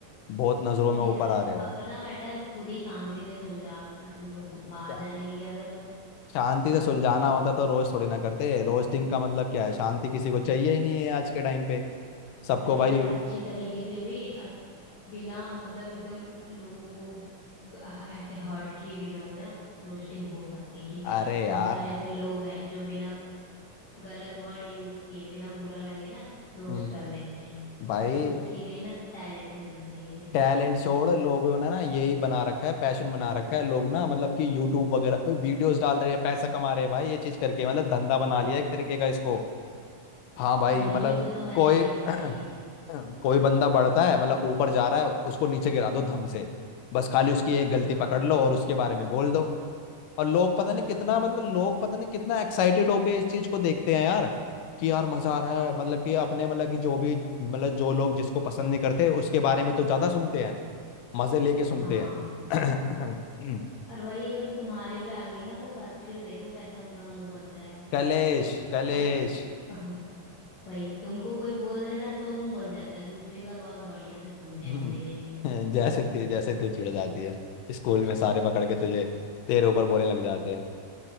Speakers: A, on the left; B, on the left.
A: बहुत नजरों में
B: वही
A: ऊपर
B: ना एक
A: आ रहे हो
B: अपना मैटर खुद ही शांति से सुलझा लो ना तुम लोग
A: अरे
B: बाहर
A: क्या
B: जाने की क्या जरूरत है
A: शांति से सुलझाना होता तो रोज थोड़ी ना करते रोस्टिंग का मतलब क्या है शांति किसी को चाहिए ही नहीं है आज के टाइम पे सबको
B: अरे
A: भाई
B: यार अच्छे तरीके से भी अ- बिना मतलब एकदम लोगों को ग- ऐसे हर्ट किए बिना बिना रोस्टिंग हो सकती है ठीक है
A: अरे यार
B: बहुत सारे ऐसे लोग हैं जो बिना गलत वर्ड यूज किए बिना बुरा लगे ना रोस्ट
A: हम्म,
B: कर देते हैं
A: भाई
B: बट उसके लिए ना टैलेंट भी होना चाहिए
A: टैलेंट छोड़ लोगों ने ना यही बना रखा है पैशन बना रखा है लोग ना मतलब कि यूट्यूब वगैरह पे वीडियोस डाल रहे हैं पैसा कमा रहे हैं भाई ये चीज करके मतलब धंधा बना लिया एक तरीके का इसको हाँ भाई
B: वहीं
A: मतलब
B: से तो मैंने
A: कोई
B: देखा
A: <clears throat>
B: है ये
A: कोई बंदा बढ़ता है मतलब ऊपर जा रहा है उसको नीचे गिरा दो धम से बस खाली उसकी एक गलती
B: हाँ
A: पकड़ लो और उसके बारे में बोल दो और लोग पता
B: बस
A: नहीं कितना
B: वही
A: मतलब लोग पता नहीं कितना एक्साइटेड होके इस चीज को देखते हैं यार कि यार मजा आ रहा है मतलब कि अपने मतलब कि जो भी मतलब जो लोग जिसको पसंद नहीं करते उसके बारे में तो ज्यादा सुनते हैं मजे लेके सुनते
B: हाँ
A: हैं <clears throat>
B: और वही अगर तुम्हारे पे आ गई ना वो बात फिर देखो कैसा उनका मुंह बनता
A: <coughs>
B: है
A: कलेश कलेश
B: अगर <laughs> भाई तुमको कोई बोल देना तो मुंह बन जाता है दूसरे का बहुत बढ़िया से सुनते
A: <laughs>
B: हैं मजे ले लेकर
A: जैसे ते, जैसे तू चिढ़ जाती है स्कूल में सारे पकड़
B: हम्म
A: के तुझे तेरे ऊपर बोलने लग जाते हैं